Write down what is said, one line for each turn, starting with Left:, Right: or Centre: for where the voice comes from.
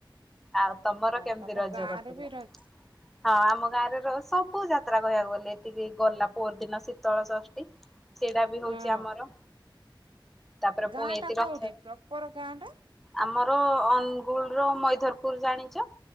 Centre: ଆଉ ତମର
Right: ଓ
Centre: କେମିତି
Right: ତମ
Centre: ରଜ
Right: ଗାଁ
Centre: କଟିଲା?
Right: ରେ ବି ରଜ
Centre: ହଁ ଆମ ଗାଁରେ ର ସବୁ ଯାତ୍ରା କହିବାକୁ ଗଲେ ଏତିକି ଗଲା ପର ଦିନ ଶୀତଳ ଷଷ୍ଠୀ ସେଇଟା ବି ହଉଛି
Right: ହଁ
Centre: ଆମର ତାପରେ
Right: ଗାଁ
Centre: ପୁଣି ଏତି
Right: ଟା କୋଉଠି
Centre: ରଥ
Right: ପ୍ରପର ଗାଁ ଟା?
Centre: ଆମର ଅନୁଗୁଳର ମଇଧରପୁର ଜାଣିଚ।